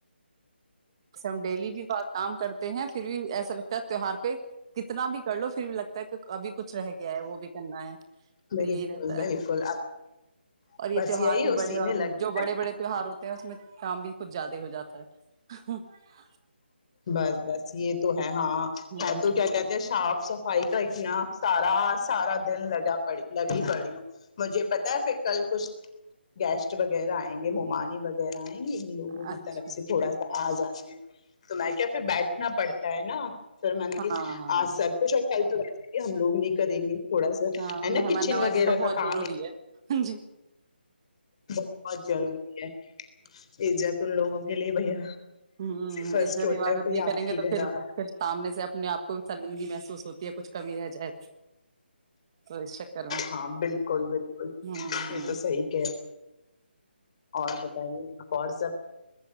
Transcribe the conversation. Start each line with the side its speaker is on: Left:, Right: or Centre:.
Right: جسے ہم ڈیلی بھی بہ کام کرتے ہیں پھر بھی ایسا لگتا ہے تیوار پہ کتنا بھی کر لو پھر بھی لگتا ہے ابھی کچھ رہ گیا ہے وہ بھی کرنا ہے تو
Left: بالکل
Right: یہی رہتا ہے
Left: بالکل اب
Right: اور یہ
Left: بس
Right: تیوہار
Left: یہی
Right: بھی
Left: اسی
Right: بڑے
Left: میں لگے
Right: جو بڑے بڑے تیوہار ہوتے ہیں اس میں کام بھی کچھ زیادہ ہو جاتا ہے <unintelligible>
Left: بس بس یہ تو ہے ہاں
Right: ہوں
Left: ہے تو کیا کہتے ہیں شاف صفائی کا اتنا سارا سارا دن لگا پڑی لگی پڑی ہوں مجھے پتا ہے پھر کل کچھ گیسٹ وغیرہ آئیں گے ممانی وغیرہ آئیں ان لوگوں
Right: اچھا
Left: کی طرف سے
Right: اچھا
Left: تھوڑا سا آزا تو میں کیا پھر بیٹ رکھنا پڑتا ہے نا سر م کی
Right: ہاں ہاں
Left: آ سب کچھ آ کل تو کہ ہم لوگ نہیں کریں گے تھوڑا سا
Right: ہاں
Left: ہے نا
Right: مہماناوازی
Left: کچن وغیرہ
Right: تو
Left: کا
Right: بہت
Left: کام
Right: ضروری ہے جی
Left: <unintelligible> <unintelligible> گلی ب ہے
Right: ہ
Left: فرسٹ
Right: ادر
Left: ہوتا
Right: عبادت
Left: ہے کوئی
Right: نہیں
Left: آپ
Right: کریں گے
Left: کے
Right: تو پھر
Left: گھر آ
Right: پھر سامنے سے اپنے آپ کو زندگی محسوس ہوتی ہے کچھ کمی رہ جائے تو تو اس چکر میں
Left: ہاں بالکل بالکل
Right: ہوں ہوں
Left: یہ تو صحی کہ اور بتائیے آپ اور سب